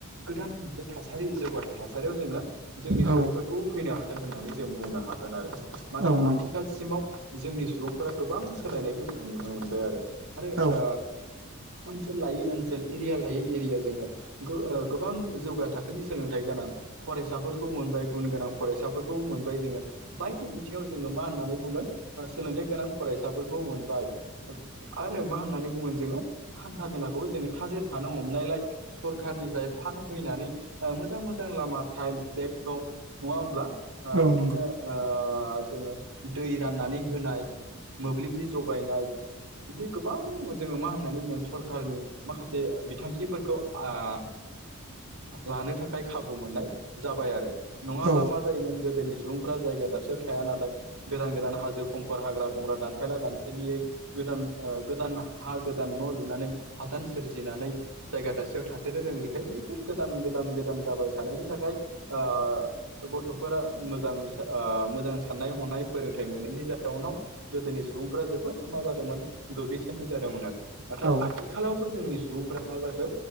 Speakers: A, on the right; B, on the right.
A: गोदान मोनसे थासारि जौगाथाइ थासारियाव जोङो जोंनि
B: औ
A: सुबुंफोर खौ फैनो हादों होननानै जों बुंनो हागोन आरो मानोना
B: औ नंगौ
A: आथिखाल सिमाव जोंनि सुबुंफोरा गोबां सोलायनायखौ जोङो नुनो मोनबाय आरो। आरो
B: औ
A: ओ ओनसोल लायै ओनसोल एरिया लायै एरिया जोङो गो ओ गोबां जौगा थाखोनि सोलोंथाइ गोनां फरायसाफोरखौ मोनबाय गुन गोनां फरायसाफोरखौ मोनबाय जोङो। बायदि बिथिङाव जोङो मा होननानै बुंगोन ओ सोलोंथाइ गोनां फरायसाफोरखौ मोनबाय। आरो मा होननानै बुगोन जोङो हान्था मेलाखौबो जोङो थाजिर थानो हमनायलाय सरखारनिफ्राय फान फैनानै ओ मोजां मोजां लामा टाइलस ब्लेक टप नङा होमब्ला। ओ
B: औ
A: बिदिनो
B: नंगौ
A: ओ जोङो दै राननानै होनाय मोब्लिबनि जगायनाय बिदि गोबां जोङो मा होननानै बुङो सरखारनि माखासे बिथांखिफोरखौ ओ लानो थाखाय खाबु मोननाय जाबाय आरो नङाब्ला
B: औ
A: मा जायोमोन गोदोनि सुबुंफ्रा जायगा दाबसेयाव थाया नालाय गोदान गोदान हाजो खंखर हाग्रा बंग्रा दानफायला दानफायलियै गोदान ओ गोदान हा गोदान न लुनानै हादान सोरजिनानै जायगा दासि थाथेरनो रोङैखाय बैफोर गोदान गोदान गोदान जाबाय थानायनि थाखाय ओ गथफोरा मोजां ओ मोजां साननाय हनाय फोरोंथाइ मोनैनि जाउनाव गोदोनि सुबुंफोरा जोबोद मा जादोंमोन गोग्लैसोनाय जादोंमोन आरो। नाथाय
B: औ नंगौ औ
A: आथिखालावबो जोंनि सुबुंफोरा मा जाखो